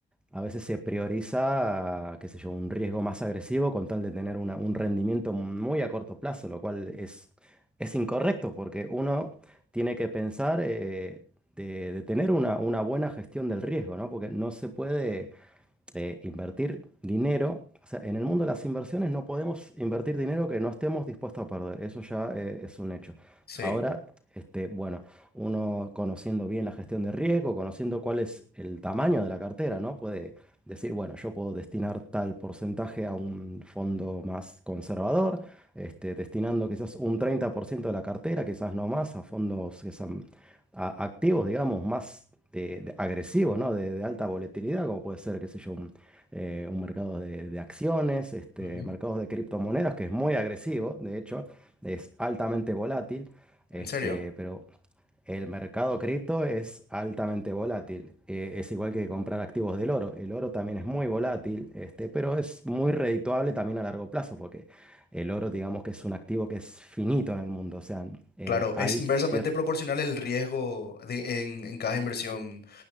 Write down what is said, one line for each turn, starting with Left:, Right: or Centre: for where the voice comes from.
Centre: A veces se prioriza, qué sé yo, un riesgo más agresivo con tal de tener una- un rendimiento muy a corto plazo, lo cual es, es incorrecto porque uno tiene que pensar eh, de, de tener una, una buena gestión del riesgo, ¿no? Porque no se puede de invertir dinero. O sea, en el mundo de las inversiones no podemos invertir dinero que no estemos dispuestos a perder. Eso ya eh, es un hecho.
Left: Sí.
Centre: Ahora, este, bueno, uno conociendo bien la gestión de riesgo, conociendo cuál es el tamaño de la cartera, ¿no? Puede decir, bueno, yo puedo destinar tal porcentaje a un fondo más conservador, este, destinando quizás un 30% de la cartera, quizás no más, a fondos que sean a- activos, digamos, más de- de agresivos, ¿no? De, de alta volatilidad, como puede ser, qué sé yo, un, eh, un mercado de, de acciones, este,
Left: Ujú.
Centre: mercados de criptomonedas, que es muy agresivo, de hecho, es altamente volátil, este,
Left: ¿En serio?
Centre: pero el mercado cripto es altamente volátil. eh, es igual que comprar activos del oro. El oro también es muy volátil, este, pero es muy redituable también a largo plazo, porque el oro, digamos que es un activo que es finito en el mundo, o sea, eh,
Left: Claro,
Centre: hay
Left: es inversamente
Centre: cierto...
Left: proporcional el riesgo de- en, en cada inversión